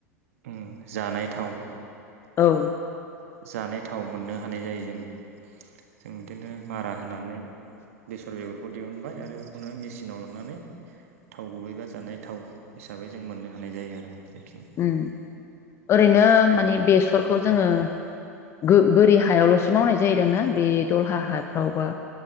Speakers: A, on the right (about 60°); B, on the left (about 30°).
A: उम जानाय थाव।
B: औ
A: जानाय थाव मोनो। हानाय जायो। जों बिदिनो मारा होनानै बेसर बेगरखौ दिहुनबाय आरो बेखौनो मेसिनाव लांनानै थाव गुबैबा जानाय थाव हिसाबै जों मोननो हानाय जायो आरो। बेखिनि
B: उम ओरैनो मानि बेस सरखौ जोङो गो बोरि हायावलसो मावनाय जायोदांना बे दलहा हाफ्रावबा